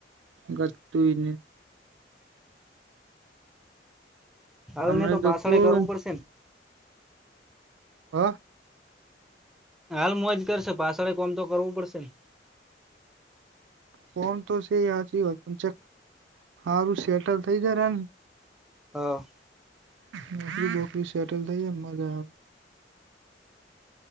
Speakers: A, on the right; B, in the centre.
A: ઘતુંને
B: હાલને
A: હમને
B: તો બાસળે
A: કોણ
B: કરવું પડશે ને
A: હા
B: હાલ મોજ કરશે પાછળે કોમ તો કરવું પડશે ને
A: ફોન તો સ હચી વાત પણ ચ હારું સેટલ થઈ જાય ર એમ
B: હા
A: નોકરીોકરી સેટલ થઈ એમ મજા આવે